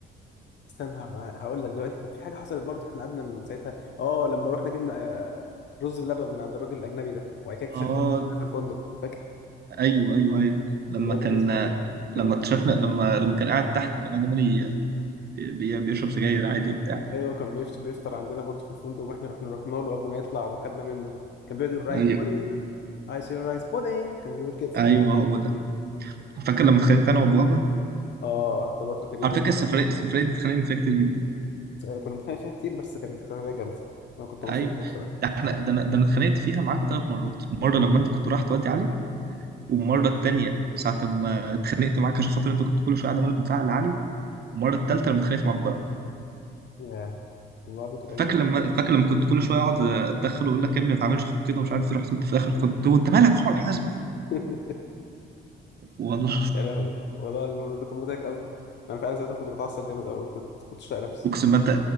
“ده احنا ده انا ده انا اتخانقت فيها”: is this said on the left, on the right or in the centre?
Right